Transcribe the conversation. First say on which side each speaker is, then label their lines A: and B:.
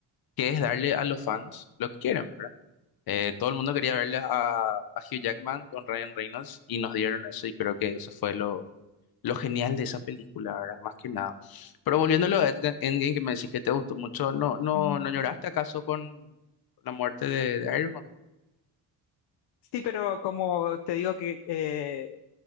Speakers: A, on the left; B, on the left.
A: que es darle a los fans lo que quieren, ¿verdad? Eh, todo el mundo quería verle a, a Hugh Jackman con Ryan Reynolds y nos dieron eso y creo que eso fue lo, lo genial de esa película, ¿verdad? Más que nada. Pero volviéndolo a Endga- Endgame, que me decís que te gustó mucho, ¿no,
B: sí,
A: no,
B: me gusta
A: no lloraste
B: mucho.
A: acaso con la muerte de, de Iron Man?
B: Sí, pero como te digo que eh,